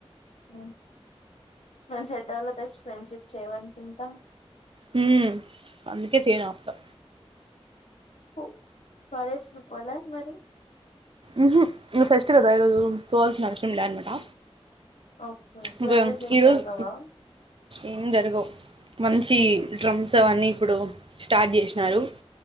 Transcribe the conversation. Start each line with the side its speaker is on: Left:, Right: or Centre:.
Left: ఉ మన చెడ్డ వాళ్లతో ఫ్రెండ్షిప్ చేయవనుకుంటా
Right: హు అందుకే చేయను అప్తా
Left: తు కలేజ్ కి పోలే మరి
Right: ఉ హు టేస్ట్ కదా ఈ రోజు పోవలసిన అవసరం లే అనమాటా
Left: ఓకే
Right: ఇంకా
Left: క్లాసెస్ ఏం
Right: ఈరోజు
Left: జరగవా
Right: ఏం జరగవు మం చి డ్రామ్స్ అన్ని ఇప్పుడు స్టార్ట్ చేసినారు